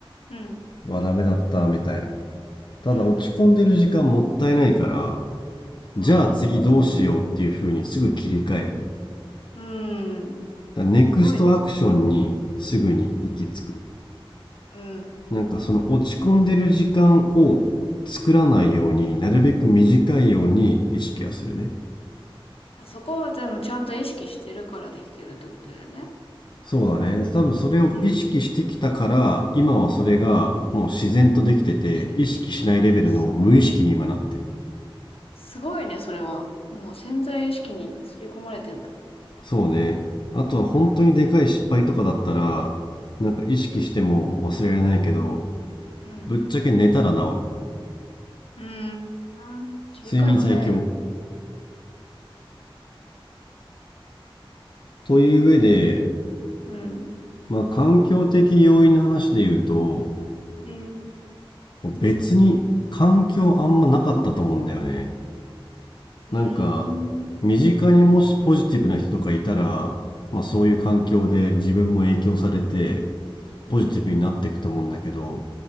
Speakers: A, on the left; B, on the left.
A: うん、
B: うわダメだったみたいなただ落ち込んでる時間もったいないから
A: うん、うん。ああ、
B: じゃあ次どうしようっていう風にすぐ切り替えるね
A: そう、うん。
B: だからネクストアクションにすぐに行き着く
A: すごいね。そうん、うん。
B: なんかその落ち込んでる時間を作らないようになるべく短いように意識はするね
A: まあそこはでもちゃんと意識してるからできてるってことだよね。
B: そうだね。多分それを意識してきたから、
A: うん。
B: 今はそれがもう自然とできてて、
A: 自然と。
B: 意識しないレベルの無意識に今なってる。
A: あ、すごいね。すごいね、それは。もう潜在意識に刷り込まれてんだ。
B: そうね。あとは本当にでかい失敗とかだったら、なんか意識しても忘れられないけど、
A: うん。
B: ぶっちゃけ寝たら治る。
A: うん。うん切り替えが早いね。
B: 睡眠最強。という上で、
A: うん。
B: まあ環境的要因の話で言うと、
A: うん。
B: 別に環境あんまなかったと思うんだよね。
A: うん。
B: なんか身近にもしポジティブな人とかいたら、まあ、そういう環境で自分も影響されて
A: うん。うん。
B: ポジティブになっていくと思うんだけど
A: うん。